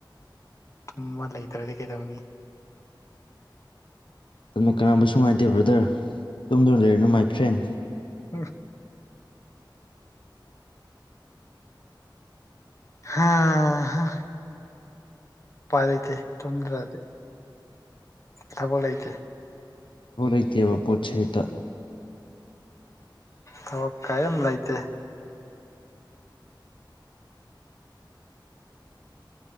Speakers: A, on the left; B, on the left.
A: ꯇꯨꯝꯃ ꯂꯩꯇ꯭ꯔꯥꯗꯤ ꯀꯩꯗꯧꯅꯤ
B: ꯃꯥꯇꯝꯅꯥ ꯀꯅꯥꯕꯨꯁꯨ ꯉꯥꯏꯗꯦ ꯕ꯭ꯔꯥꯗꯔ ꯇꯨꯝꯗꯨꯅ ꯂꯩꯔꯅꯨ ꯃꯥꯏ ꯐ꯭ꯔꯦꯟ
A: <unintelligible> ꯍꯍꯥ ꯎꯄꯥꯏ ꯂꯩꯇꯦ ꯇꯨꯝꯗ꯭ꯔꯗꯤ ꯊꯕꯛ ꯂꯩꯇꯦ
B: ꯊꯥꯕꯛ ꯂꯩꯇꯦꯕ ꯄꯣꯠꯁꯦ ꯍꯦꯛꯇ
A: ꯊꯕꯛ ꯀꯩꯝ ꯂꯩꯇꯦ